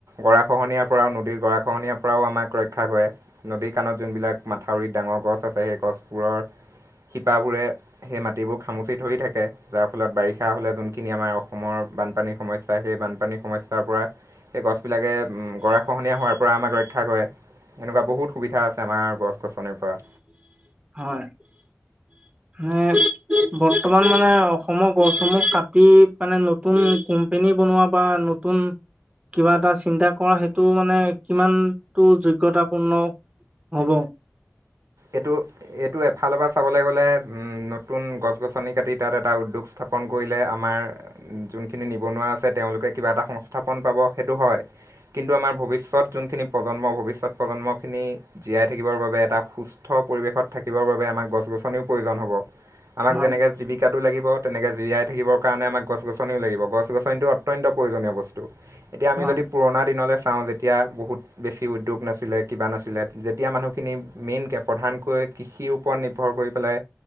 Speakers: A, on the right; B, on the right.
A: গৰাখহনীয়াৰ পৰাওঁ নদীৰ গৰাখহনীয়াৰ পৰা আমাক ৰক্ষা কৰে। নদী কাণত যোনবিলাক মাথাউৰিত ডাঙৰ গছ আছে সেই গছবোৰৰ শিপাবোৰে সেই মাটিবোৰ খামুচি ধৰি থাকে যাৰ ফলত বাৰিষা হলে যোনখিনি আমাৰ অসমৰ বানপানী সমস্যা, সেই বানপানী সমস্যাৰ পৰা সেই গছবিলাকে গৰাখহনীয়া হোৱাৰ পৰা আমাক ৰক্ষা কৰে। এনেকুৱা বহুত সুবিধা আছে। আমাৰ গছ গছনিৰ পৰা
B: হয় মানে <unintelligible> বৰ্তমান মানে অসমৰ গছসমূহ কাটি মানে নতুন কোম্পেনী বনোৱা বা নতুন কিবা এটা চিন্তা কৰা সেইটো মানে কিমানটো যোগ্যতাপূৰ্ণ হ'ব।
A: এইটো এইটো এফালৰ পৰা চাবলৈ গ'লে উম নতুন গছ গছনি কাটি তাত এটা উদ্যোগ স্থাপন কৰিলে আমাৰ যোনখিনি নিবনুৱা আছে তেওঁলোকে কিবা এটা সংস্থাপন পাব সেইটো হয়। কিন্তু আমাৰ ভৱিষ্যত যোনখিনি প্ৰজন্ম ভবিষ্যত প্ৰজন্ম ন্ম খিনি জীয়াই থাকিবৰ বাবে এটা সুস্থ স্থ পৰিৱেশত থাকিব বাবে আমাক গছ গছনি প্ৰয়োজন হ'ব। আমাক
B: হয়
A: যেনেকে জীৱিকা তো লাগিব, তেনেকে জীয়াই থাকিবৰ কাৰণে আমাক গছ গছনিও লাগিব, গছ গছনিটো অত্যন্ত প্ৰয়োজনীয় বস্তু। এতিয়া আমি
B: হয়
A: যদি পুৰণা দিনলৈ যেতিয়া বহুত বেছি উদ্যোগ নাছিলে, কিবা নাছিলে যেতিয়া মানুহখিনি মেইন কে প্ৰধানকৈ কৃষিৰ ওপৰত নিৰ্ভৰ কৰি পেলাই